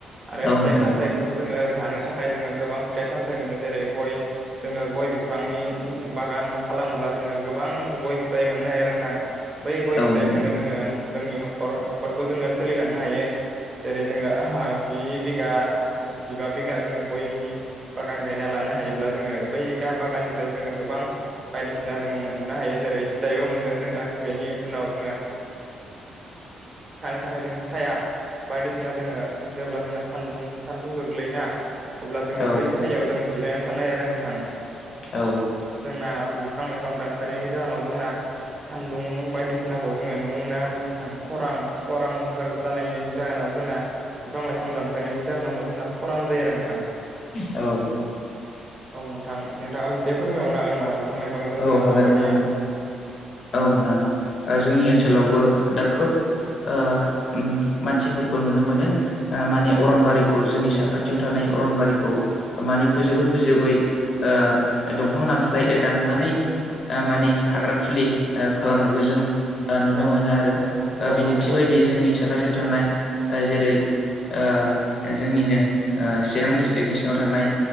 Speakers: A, on the right; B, on the left.
A: आरो
B: औ नोंथां औ नंगौ नोंथां औ
A: फिथाइ
B: नोंथां
A: सामथायाइखौथ' जोङो जानो थाखाय जोङो गोबां फिथाइ सामथायाइ मोनो जेरै गय जोङो गय बिफांनि बागान खालामोब्ला जोङो गोबां गय फिथाइ मोननो हायो नोंथां बै गय फि
B: औ
A: फिथाइजोंनो
B: नंगौ नोंथां
A: जोङो जोंनि न'खर न'खरखौ जोङो सोलिलांनो हायो जेरै जोङो जि बिगा जिबा बिगा जोङो गयनि बागान गायना लानो हायोब्ला जोङो बै गा बागाननिफ्राय जोङो गोबां बायदिसिना जोङो मोननो ना? हायो जेरै फिथाइबो मोनगोन जोङो बेनि उनाव जोङो थाखाय जों साया बायदिसिना जोङो जेब्ला जोंना सानदुं सानदुं गोग्लैयोना। अब्ला जोङो
B: औ
A: बै सायायाव जों जिरायना थानो हायो आरो नोंथां।
B: औ
A: जोंना बिफां लाइफां दानफायनायनि जाहोनाव जोंना सानदुं बायदिसिनाखौ जोङो नुनो मोनो आरो नोंथां खरां खरांफोर जानायनि जाहोनाबो जोंना बिफां लाइफां दानफायनायनि जाहोनावनो जोंना खरान जायो आरो नोंथां।
B: औ
A: औ नोंथां नोंथाङा एसे फोरमायहनो हागोन नामा बिफां लाइ फांजों
B: औ
A: जोङो
B: हागोन
A: माबायदियै
B: नोंथां औ नोंथां जोंनि ओनसोलावबो दा खोब ओ मानसिफोरखौ नुनो मोनो माने अरनबारिखौ जोंनि साखाथियाव थानाय अरनबारिखौ माने फोजोबै फोजोबै ओ दंफां दानस्लाय दाननानै मानि थाग्राखुलि खालामनायखौ जों
A: औ
B: नुनो मोनो आरो
A: नंगौ नोंथां
B: बिदिनथि
A: नंगौ
B: बायदियै जोंनि साखाथियाव थानाय जेरै ओ जोंनिनो चिरां डिस्ट्रिक्नि सिङाव थानाय